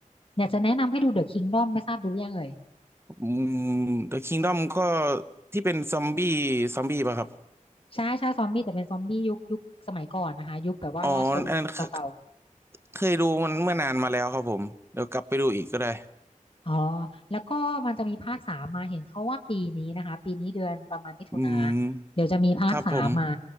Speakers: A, on the left (about 40°); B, on the right (about 20°).
A: อยากจะแนะนำให้ดู The Kingdom ไม่ทราบดูหรือยังเอ่ย
B: อืม The Kingdom ก็ที่เป็นซอมบี้ซอมบี้ป่ะครับ
A: ใช่ใช่ซอมบี้แต่เป็นซอมบี้ยุคยุคสมัยก่อนนะคะยุคแบบว่าราชวงศ์เก่า
B: อ๋ออันนั้นเคเคยดูมันเมื่อนานมาแล้วครับผมเดี๋ยวกลับไปดูอีกก็ได้
A: ๆอ๋อแล้วก็มันจะมีภาคสามมาเห็นเขาว่าปีนี้นะคะปีนี้เดือนประมาณมิถุนา
B: อืม
A: เดี๋ยวจะมีภาคสามมา
B: ครับผม